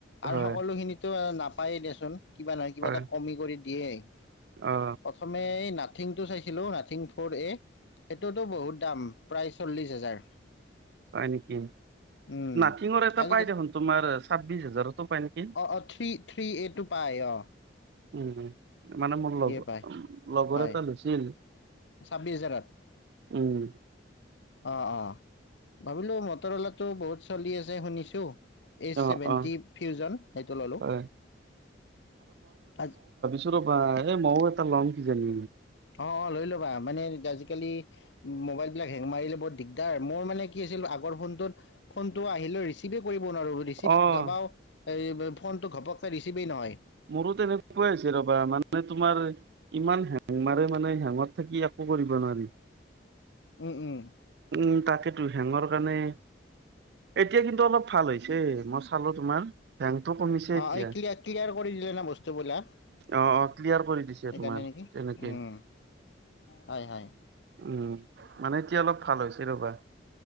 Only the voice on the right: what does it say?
হয়
হয়
অ
হয় নিকি।
নাথিঙৰ এটা
পায় দেখোন তোমাৰ ছাব্বিশ হাজাৰতো পায় নিকি।
উম উম' মানে মোৰ লগ
লগৰ
এটা লৈছিল।
উম'।
অ',
অ',
হয়।
ছো ৰবা এ ময়ো এটা লম কিজানি।
অ',
মোৰো তেনেকুৱাই হৈছে ৰবা মানে তোমাৰ- ইমান হেং মাৰে মানে হেঙত থাকি একো কৰিব নোৱাৰি।
উম' তাকেইটো হেঙৰ কাৰণে- এতিয়া কিন্তু অলপ ভাল হৈছে মই চালো তোমাৰ- ৰেংটো কমিছে।
এতিয়া
অঁ অঁ ক্লিয়াৰ কৰি দিছে
তোমাৰ
তেনেকে।
উম মানে এতিয়া অলপ ভাল হৈছে ৰ'বা।